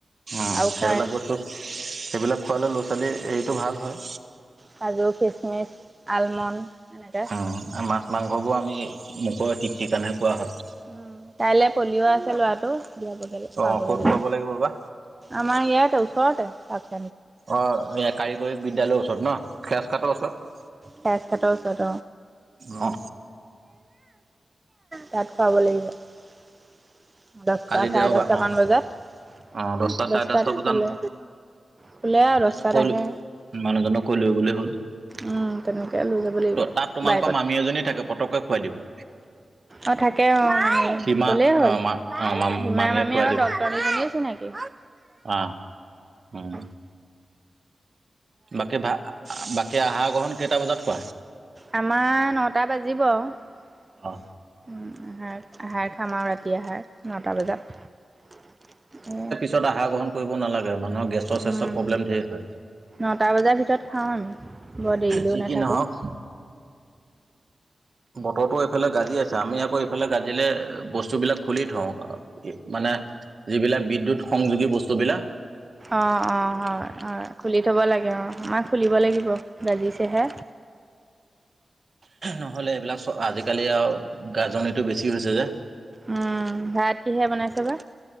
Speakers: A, on the right; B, on the right.
A: অ'
B: আৰু
A: সেইবিলাক
B: খাই।
A: বস্তু সেইবিলাক খোৱালে ল'ৰা-ছোৱালীৰ হেৰিটো ভাল হয়।
B: কাজু খচমিচ আলমণ্ড এনেকে
A: উ মাছ মাংসবোৰ আমি মুোকৰে ঠিক্ত কাৰণেহে কোৱা হয়
B: উ কাইলে পলিঅ' আছে লৰাটো দিয়াব খোৱাবগ
A: অ' ক'ত খুৱাব লাগিব বা
B: আমাৰ ইয়াতে ওচৰতে তাক
A: অ এই কাৰিকৰী বিদ্যয়ালয়ৰ ওচৰত ন ফেচ খাতৰ ওচৰত
B: কেছ খাটাও চত
A: অ
B: তাত খুৱাব লাগিব দহটা
A: কালি
B: চাৰে
A: দেওবাৰ
B: দহটামান
A: অ'
B: বজাত
A: অ' দহটা চাৰে
B: দস্তাত
A: দহটা বজাত
B: খুলে খোলে
A: মানুহজনক
B: আৰু দস্তাত
A: কৈ
B: আহে
A: লৈ মানুহজনক কৈ লৈ গলে হ'ল
B: উম তেনেকয় লৈ যাব লাগিব
A: ত তাত তোমালোকৰ
B: বাইকত
A: মামী এজনী থাকে পতককে খুৱাই দিব
B: অ থাকে অ
A: সীমা
B: ক'লেই হ'ল
A: অ' মা অ' মা
B: ইমান
A: মামীয়ে
B: আমি
A: খুৱাই
B: আকৌ
A: দিব
B: দ তনী জনাইছে নেকি
A: অ উম
B: উম
A: বাকী ভ বাকী আহাৰ গ্ৰহণ কেইটা বজাত কোৱা
B: আমাৰ নটা বাজিব আৰু
A: অ'
B: আহাৰ খাম আৰু ৰাতি আহাৰ নটা বজাত স
A: ত আহা গ্ৰহণ নালাগে মানুহৰ গেছৰ চেছৰ
B: উম
A: প্ৰব্লেম ধ হয়
B: নটা বজাৰ ভিতৰত খাওঁ আমি বৰ দেৰিলেও
A: যি
B: নাথাকোঁ
A: কি নহওক বতৰটো এইফালে গাজি আছে আমি আকৌ এইফালে গাজিলে বস্তু বিলাক খুলি থওঁ মানে যিবিলাক বিদ্যুৎ সংযোগী বস্তুবলাক
B: অ অ হয় হয় খুলি থব লাগে মমাক খুলিব লাগিব বাজিছেহে
A: নহ'লে এইবিলাক চ আজিকালি আৰু গাজন এইটো বেছি হৈছে যে
B: উ ভাত কিহে বনাইছে বা